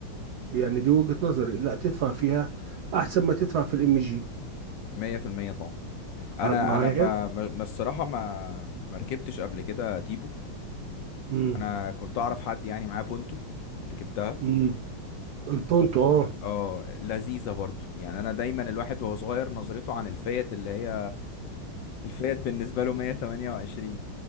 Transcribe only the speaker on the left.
100% طبعا انا
انا ما ما ما الصراحه ما ما ركبتش قبل كده تيبو
انا كنت اعرف حد يعني معاه بونتو ركبتها
اه لذيذه برضو يعني انا دايما الواحد وهو صغير نظرته عن الفيات اللي هي الفيات بالنسبه له 128